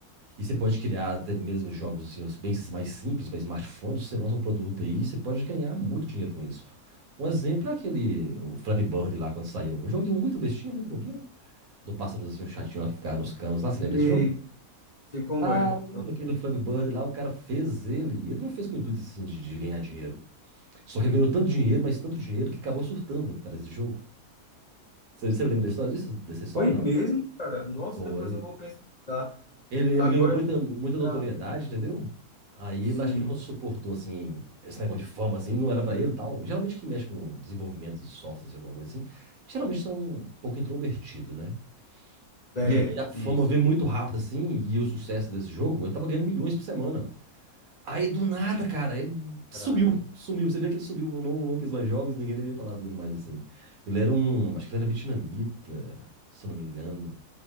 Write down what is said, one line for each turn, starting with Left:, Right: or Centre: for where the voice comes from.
Right: E você pode criar até mesmo jogos assim, os bem mais simples para smartphone. Se você lança um produto aí, você pode ganhar muito dinheiro com isso. Um exemplo é aquele o Flappy Bird lá quando saiu. Um joguinho muito bestinho, muito bobinho. Do pásssarozinho chatinho lá que ficava nos canos lá. Você lembra
Left: E,
Right: desse jogo?
Left: sei como
Right: Ah,
Left: é.
Right: aquele Flappy Bird lá, o cara fez ele. Ele não fez com o intuito assim de, de ganhar dinheiro. Só que ele ganhou tanto dinheiro, mas tanto dinheiro que acabou surtando por causa desse jogo. Você, você lembra da história disso? Dessa história,
Left: Foi
Right: não?
Left: mesmo, cara? Nossa,
Right: Pô,
Left: depois eu vou pesquisar.
Right: Ele, ele
Left: Agora
Right: ganhou muita,
Left: eu
Right: muita notoriedade,
Left: vou...
Right: entendeu? Aí
Left: Sim,
Right: ele acho que ele não suportou, assim, esse negócio de fama, assim, não era pra ele e tal. Geralmente quem mexe com desenvolvimento de softwares e alguma coisa assim, geralmente são um pouco introvertido, né?
Left: é,
Right: E aí a fama
Left: isso.
Right: veio muito rápido, assim, e o sucesso desse jogo, eu tava ganhando milhões por semana. Aí do nada, cara, ele sumiu,
Left: Caraca.
Right: sumiu. Você vê que ele sumiu, não, não fez mais jogos, ninguém nem ia falar dele mais, assim. Ele era um, acho que ele era vietnamita, se eu não me engano.